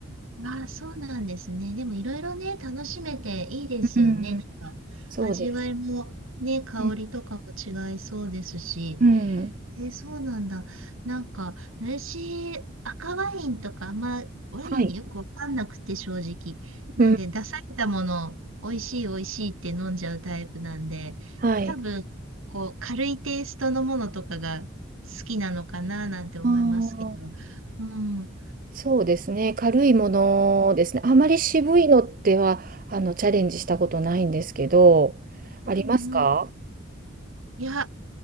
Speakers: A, on the right (about 85°); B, on the right (about 40°).
A: ああ、そうなんですね。でもいろいろね、楽しめていいですよね。
B: うん、
A: なんか、
B: そうです。
A: 味わいもね、香りとかも違いそうですし。
B: うん、うん
A: えーそうなんだ。なんか、私、赤ワインとか、あんまワインによくわかんなくて、
B: はい。
A: 正直。なんで、
B: うん、
A: 出されたものを、美味しい美味しいって飲んじゃうタイプなんで、
B: はい。
A: 多分、こう、軽いテイストのものとかが好きなのかな、なんて思いますけど。
B: ああ、
A: うん。うん
B: そうですね。軽いものですね。あまり渋いのっては、あの、チャレンジしたことないんですけど、
A: うん。
B: ありますか
A: いや、